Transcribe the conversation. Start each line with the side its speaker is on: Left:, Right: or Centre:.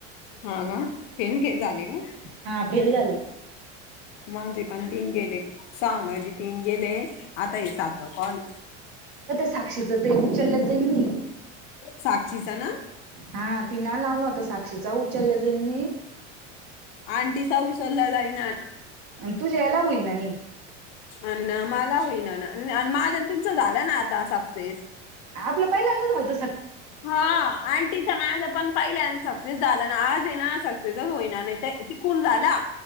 Left: हा ग फेन झाले ग.
Right: हा फेल झाले
Left: माझे पण तीन गेले सहा माझे. तीन गेले आता हे सातवा कॉल
Right: साक्षीच ते उचलल्या जाईन नाही.
Left: साक्षीचा ना
Right: हा तिन नाही लावला होता साक्षीचा उचलला जाईनी.
Left: आंटीचा उसचला जाईना.
Right: आणि तू जेवला होईन.
Left: हायना मला होईना ना माझ्या तुमच झालं ना आता सक्सेस
Right: आपलं पहिल्यांदा झालत.
Left: हा आटींचा माझं पण पहिल्यादा सक्सेस झाला ना आज ये ना सक्सेसच होईणा नाही ते टिकून झाला